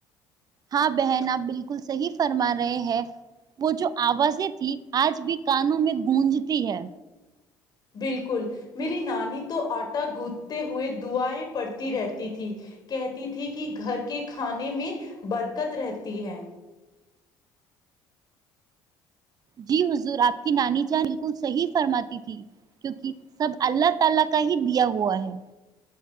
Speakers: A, on the right (about 45°); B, on the left (about 45°).
A: ہاں بہن آپ بالکل صحیح فرما رہے ہیں وہ جو آوازیں تھی آج بھی کانوں میں گونجتی ہے
B: بالکل میری نانی تو آٹا گوندتے ہوئے دعایں پڑتی رہتی تھی کہتی تھی کہ گھر کے کھانے میں برکت رہتی ہے
A: جی حضور آپ کی نانی جاں بالکل صحیح فرماتی تھی کیوںکہ سب اللہ تعالی کا ہی دیا ہوا ہے